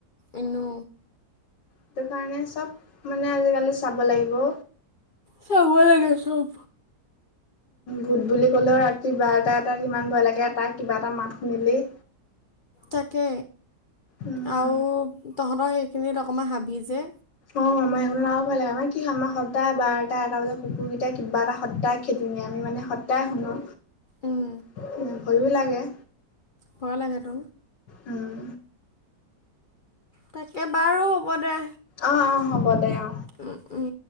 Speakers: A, on the left (about 60°); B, on the left (about 75°).
A: এনো
B: সেইটো কাৰণে চব মানে আজিকালি চাব লাগিব অ
A: চাবই লাগে চব
B: ভূত বুলি ক'লেও ৰাতি বাৰটা এটাত কিমান ভয় লাগে এটা কিবা এটা মাত শুনিলেই
A: তাকে
B: উম।
A: আৰু তহঁতৰ সেইখিনিত অকণমান হাবি যে
B: অ আমাৰ এইকনত আৰু ভয় লাগে আমাৰ কি আমাৰ সদায় বাৰটা এটা বজাত কুকুৰকেইটাই কিবা এটা সদায় খেদি নি আমি মানে সদায় শুনো।
A: উম
B: <unintelligible> ভয়ো লাগে।
A: ভয় লাগে ত'।
B: উম,
A: তাকে বাৰু হ'ব দে।
B: অ অ, হ'ব দে অ।
A: উম উম।